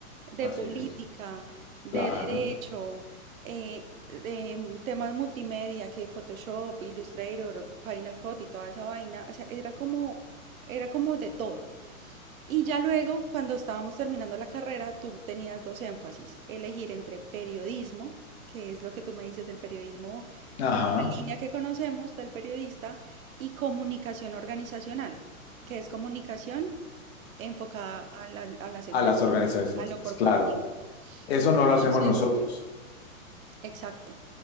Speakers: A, on the right (about 70°); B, on the left (about 45°).
A: de
B: Así
A: política,
B: es.
A: de
B: Claro.
A: derecho, eh, de mm, temas multimedia, que Photoshop, Illustrator, Final Cut y toda esa vaina. O sea, era como, era como de todo. Y ya luego, cuando estábamos terminando la carrera, tú tenías dos énfasis, elegir entre periodismo, que es lo que tú me dices del periodismo,
B: Ajá.
A: la línea que conocemos del periodista, y comunicación organizacional, que es comunicación enfocada a la- a las empresas,
B: A las organizaciones,
A: a lo corporativo.
B: claro. Eso no
A: Entonces,
B: lo hacemos nosotros.
A: exacto.